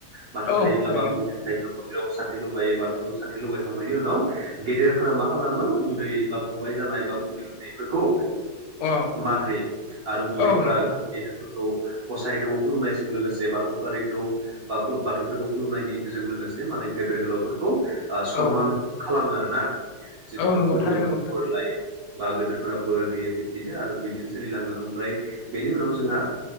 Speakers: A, on the right; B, on the left.
A: बाथौ
B: औ
A: थायोब्ला
B: थारैनो
A: बा मनदिर थायोब्ला। साथि लगायो बाथौ साथि लगायखांनायनि उनाव गेदेरफोरा मा खालामो उनदै बा फंबाय जानाय उनदै उनदैफोरखौ
B: औ
A: मान होयो आरो उनदैफोरा
B: औ नंगौ नोंथां
A: गेदेर औ गसाइखौ खुलुमनायजों लोगोसे बाथौयारिखौ बा बाथौफोरखौ खुलुमनायनि जों लोगोसे माने गेदिर गोलावफोरखौ सनमान
B: औ
A: खालामो आरोना। जथ'बा
B: औ नंगौ
A: खुलुमो
B: थारैनो नंगौ नोंथां
A: बोर लायो। बा गदोरफोरा बोर होयो बिबदिनो आरो बिबदिनो सोलिलाङो। ओमफ्राय बेनि उनाव जोंहा